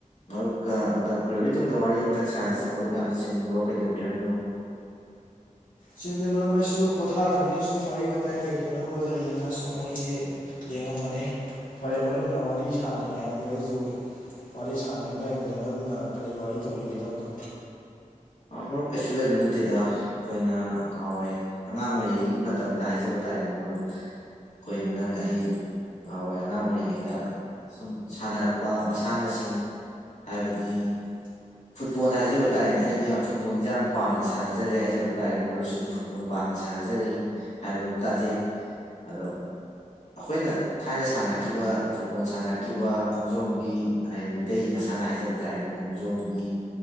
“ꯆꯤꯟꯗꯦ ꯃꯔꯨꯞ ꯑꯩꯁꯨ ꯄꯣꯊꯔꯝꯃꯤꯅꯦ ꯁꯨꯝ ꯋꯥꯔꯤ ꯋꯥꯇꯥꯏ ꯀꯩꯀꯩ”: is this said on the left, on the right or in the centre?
Left